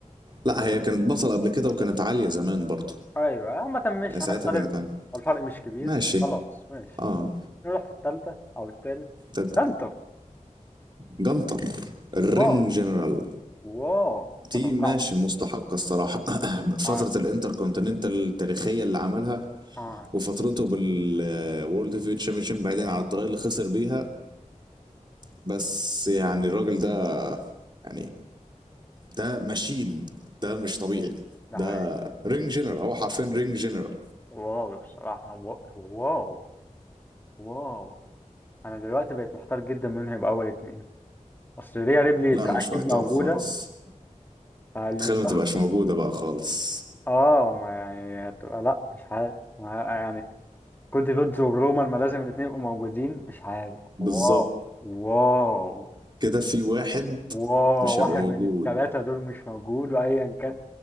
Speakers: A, on the right; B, on the left.
A: لا هي كانت بطل قبل كده وكانت عاليه زمان برضه
B: ايوه عامه مش
A: يعني ساعتها
B: هنختلف
A: كانت عاليه
B: الفرق مش كبير
A: ماشي
B: خلاص ماشي
A: اه
B: نروح في الثالثه او الثالث
A: انت
B: بنتر
A: جنطر الرينج
B: واو
A: جنرال
B: واو
A: دي
B: ما توقعتش
A: ماشي مستحقة الصراحة <clears throat> فترة
B: اه
A: الانتركونتيننتال التاريخية اللي عملها
B: آه،
A: وفترته بالوورلد هيفيويت شامبيونشيب بعيدا عن الطريقة اللي خسر بيها بس يعني الراجل ده يعني ده ماشين ده مش طبيعي
B: ده
A: ده
B: حقيقي
A: رينج جنرال هو حرفيا رينج جنرال
B: واو الصراحه وا- واو واو انا دلوقتي بقيت محتار جدا مين هيبقى اول اتنين اصل ريا ريبلي
A: لا انا
B: اكيد
A: مش محتار
B: موجوده
A: خالص
B: أعلم
A: تخيل ما
B: بقى
A: تبقاش موجودة بقى خالص
B: اه ما يعني هتبقى لا مش عارف ما- يعني كودي رودز وبرومان ما لازم الاتنين يبقوا موجودين مش عارف
A: بالظبط
B: واو واو
A: كده في واحد
B: واو
A: مش
B: واحد
A: هيبقى موجود
B: من التلاتة دول مش موجود وأيا كان